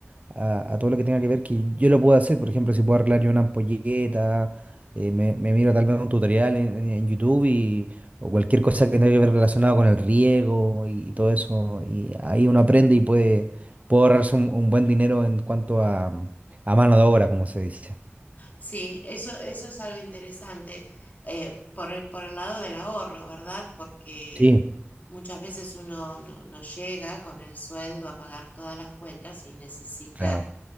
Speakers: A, on the right (about 35°); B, on the left (about 40°).
A: a- a todo lo que tenga que ver que yo lo puedo hacer. Por ejemplo, si puedo arreglar yo una ampolleta, eh, me, me miro tal vez un tutorial en, en- en YouTube y, o cualquier cosa que tenga que ver relacionado con el riego y, y todo eso. Y ahí uno aprende y puede, puede ahorrarse un, un buen dinero en cuanto a, a mano de obra, como se dice.
B: Sí, eso, eso es algo interesante eh, por el, por el lado del ahorro, ¿verdad? Porque
A: Sí.
B: muchas veces uno no, no llega con el sueldo a pagar todas las cuentas y necesita
A: Claro.